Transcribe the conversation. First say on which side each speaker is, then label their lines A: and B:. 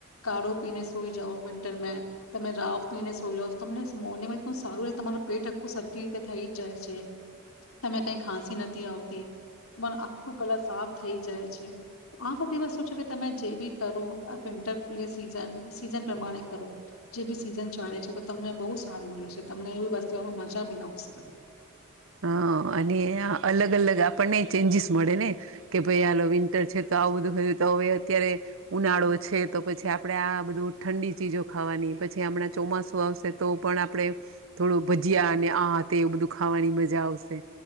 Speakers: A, on the left (about 85°); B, on the right (about 65°).
A: કાળો પીને સઈ જાાવ વિન્ટર મે તમે રાવ પીને સઈ જાાવ તમને મોર્નિંગ એક સારું ર તમારું પેટ આખું સરખી રીતે થઈ જ જાય છે તમે કઈ ખાંસી નથી આવતી તમાર આખું ગલા સાફ થઈ જાય છે આ બધી વસ્તુ છે કે તમે જે બી કરો વિન્ટર સીઝન સીઝન પ્રમાણે કરું જે બી સીઝન ચાલે છે તો તમને બહુ સારું મળશે તમને એવી વસ્તુ એમાં મજા બી આવશે.
B: હ અને અલગ અલગ આપણને ચેન્જીસ મળે ને કે ભાઈ આાલ વિન્ટર છે તો આવું બધું તો હવે અત્યારે ઉનાળો છે તો પછી આપડે આ બધું ઠંડી ચીજો ખાવાની પછી આપમણાં ચોમાસું આવશે તો પણ આપડણે થોડું ભજીયા અને આ તે એ બધું ખાવાની મા જા આવશે